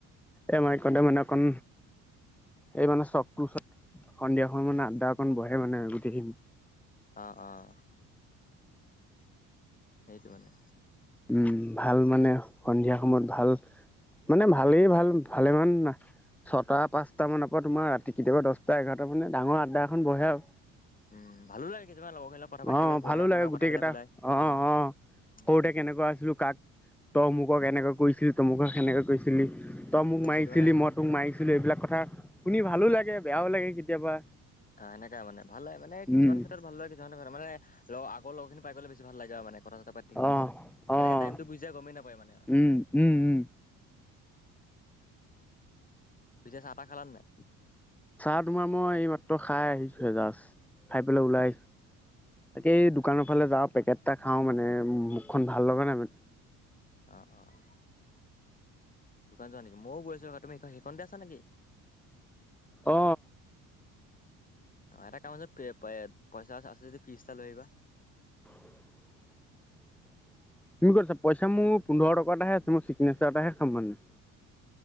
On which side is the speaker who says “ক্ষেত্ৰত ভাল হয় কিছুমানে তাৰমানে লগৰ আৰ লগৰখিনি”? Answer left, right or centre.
Left